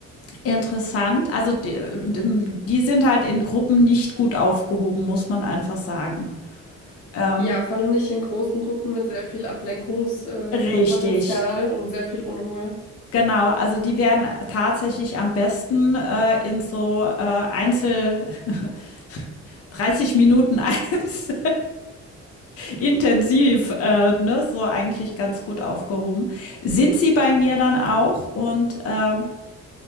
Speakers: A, on the left; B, on the left.
A: interessant. Also die, die sind halt in Gruppen nicht gut aufgehoben, muss man einfach sagen. Ähm,
B: Ja, vor allem nicht in großen Gruppen mit sehr viel Ablenkungspotenzial äh,
A: richtig,
B: Potenzial und sehr viel Unruhe.
A: genau. Also die werden tatsächlich am besten äh, in so äh, Einzel <laughs> 30 Minuten <laughs> eins intensiv, äh, ne, so eigentlich ganz gut aufgehoben. Sind sie bei mir dann auch und ähm,